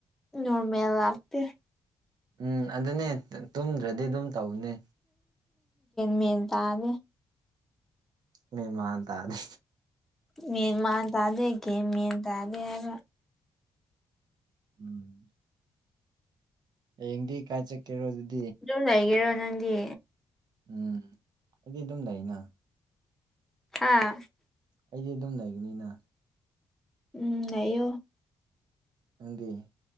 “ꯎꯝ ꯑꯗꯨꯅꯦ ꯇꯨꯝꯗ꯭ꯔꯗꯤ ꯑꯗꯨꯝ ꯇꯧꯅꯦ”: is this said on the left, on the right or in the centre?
Right